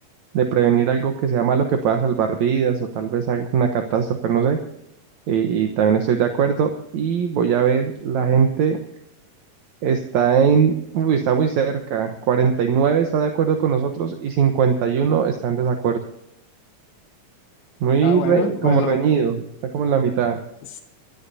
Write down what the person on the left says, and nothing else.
Ah, bueno,
pues
lo...